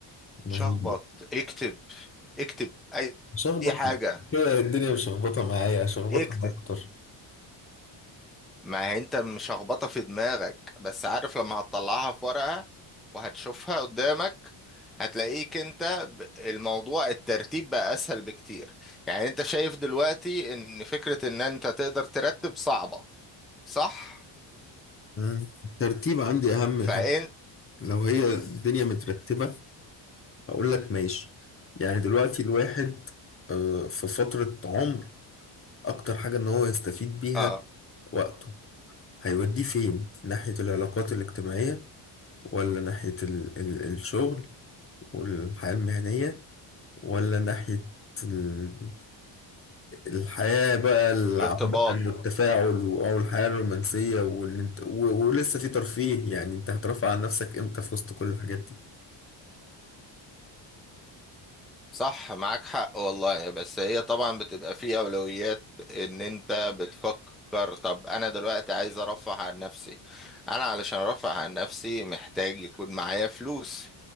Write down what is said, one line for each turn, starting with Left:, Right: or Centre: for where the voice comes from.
Left: ما
Centre: شخبط
Left: هي
Centre: اكتب اكتب اي
Left: هشخبط
Centre: أي حاجة
Left: كده الدنيا مش مشخبطة معايا هشخبطها
Centre: اكتب
Left: أكتر
Centre: ما هي انت مش هخبطه في دماغك بس عارف لما هتطلعها في ورقة وهتشوفها قدامك هتلاقيك انت ب- الموضوع الترتيب بقى اسهل بكتير يعني انت شايف دلوقتي ان فكرة ان انت تقدر ترتب صعبة صح
Left: مم. الترتيب عندي أهم
Centre: فانت
Left: حاجة لو هي الدنيا مترتبة أقول لك ماشي يعني دلوقتي الواحد آه، في فترة عمر أكتر حاجة إن هو يستفيد بيها
Centre: اه
Left: وقته هيوديه فين ناحية العلاقات الاجتماعية ولا ناحية ال ال الشغل والحياة المهنية ولا ناحية ال- الحياة بقى العامة
Centre: الارتباط
Left: والتفاعل و- أو الحياة الرومانسية وإن أنت و- ولسه في ترفيه يعني أنت هترفع عن نفسك إمتى في وسط كل الحاجات دي؟
Centre: صح معاك حق والله بس هي طبعا بتبقى في أولويات إن أنت بتفكر طب أنا دلوقتي عايز أرفه عن نفسي أنا علشان أرفه عن نفسي محتاج يكون معايا فلوس